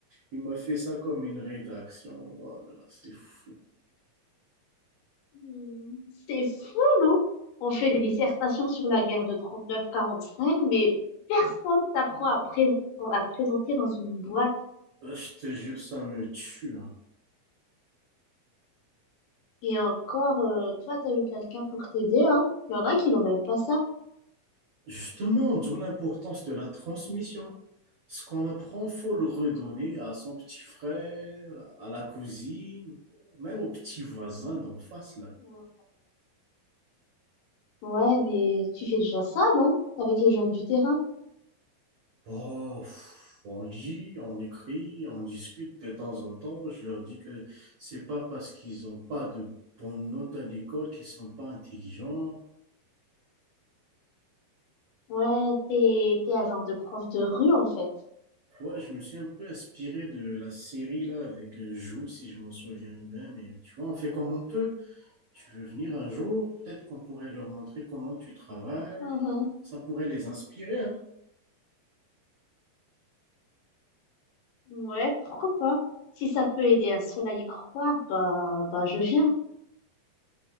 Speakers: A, on the right (about 80°); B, on the left (about 80°).
A: Il m'a fait ça comme une rédaction. Oh là là, c'est fou.
B: Hmm, c'est fou, non? On fait des dissertations sur la guerre de trente neuf quarante cinq mais personne t'apprend à, présent- à te présenter dans une boîte.
A: Euh, Je te jure, ça me tue. hein.
B: Et encore, euh, toi, t'as eu quelqu'un pour t'aider, hein? Il y en a qui n'ont même pas ça.
A: Justement, d'où l'importance de la transmission. Ce qu'on apprend, faut le redonner à son petit frère, à la cousine, même au petit voisin d'en face, là.
B: Ouais, Ouais, mais tu fais déjà ça, non? Avec les jeunes du terrain.
A: Oh, pff, on lit, on écrit, on discute de temps en temps. Je leur dis que c'est pas parce qu'ils n'ont pas de bonnes notes à l'école qu'ils sont pas intelligents.
B: Ouais, t'es, t'es un genre de prof de rue, en fait.
A: Ouais, je me suis un peu inspiré de la série là avec euh, Jules, si je m'en souviens bien. Mais tu vois, on fait comme on peut. Tu veux venir un jour, peut-être qu'on pourrait leur montrer comment tu travailles.
B: Mhm.
A: Ça pourrait les inspirer, hein.
B: Ouais, pourquoi pas? Si ça peut aider un seul à y croire, bah, bah, je viens.